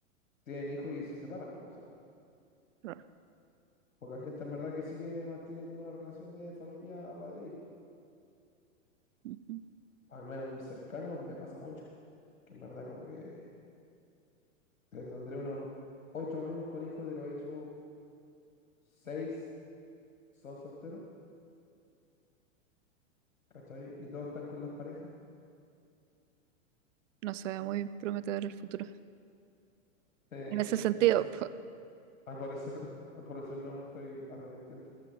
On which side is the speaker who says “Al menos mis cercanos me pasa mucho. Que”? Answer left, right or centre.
Left